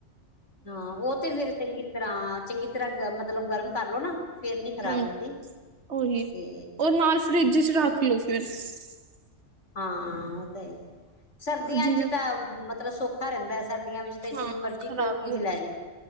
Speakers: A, on the left; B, on the right.
A: ਹਾਂ, ਉਹ ਤੇ ਫਿਰ ਚੰਗੀ-ਤਰ੍ਹਾਂ ਚੰਗੀ ਤਰ੍ਹਾਂ ਮਤਲਬ ਗਰਮ ਕਰਲੋ ਨਾ ਫਿਰ ਨੀ ਖ਼ਰਾਬ
B: ਹੂੰ
A: ਹੁੰਦੀ
B: ਉਹੀ
A: ਤੇ
B: ਉਹ ਨਾਲ ਫਰਿੱਜ <unintelligible>
A: ਹਾਂ ਓ ਤਾਂ ਹੈ ਈ। ਸਰਦੀਆਂ
B: ਜਿਵੇਂ
A: ਚ ਤਾਂ ਮਤਲਬ ਸੌਖਾ ਰਹਿੰਦੈ ਸਰਦੀ ਦੀਆਂ ਵਿੱਚ ਤੇ ਜਿਵੇਂ
B: ਹਾਂ
A: ਮਰਜੀ
B: ਖ਼ਰਾਬ
A: ਕੋਈ ਚੀਜ਼
B: ਨੀ ਹੁੰਦੀ
A: ਲੈ ਜੇ,